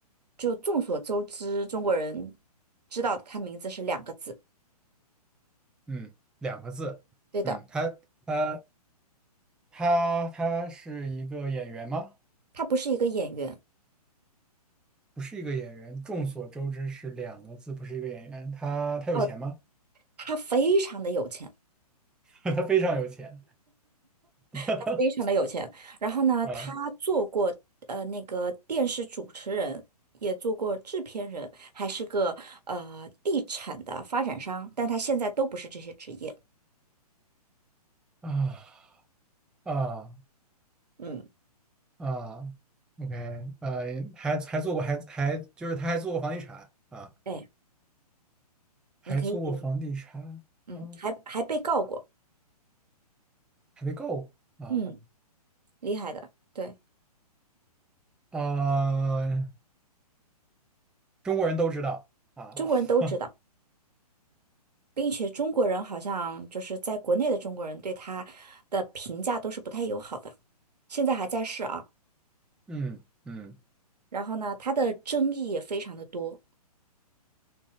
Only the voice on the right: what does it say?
就众所周知，中国人知道他名字是两个字。
对的，
他不是一个演员
哦，他非常的有钱。
他非常的有钱。然后呢，
他做过呃那个电视主持人，也做过制片人，还是个呃地产的发展商，但他现在都不是这些职业。
嗯，
对，
你可以，嗯，还还被告过，
嗯，厉害的，对，
中国人都知道。
并且中国人好像就是在国内的中国人对他的评价都是不太友好的，现在还在世啊。
然后呢，他的争议也非常的多。